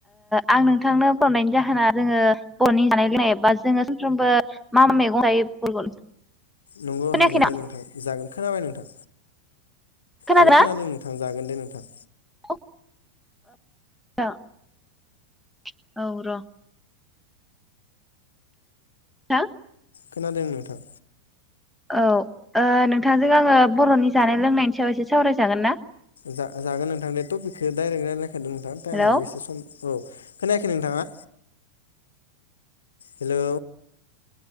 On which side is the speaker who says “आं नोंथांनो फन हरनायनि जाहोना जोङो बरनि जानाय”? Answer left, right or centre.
Centre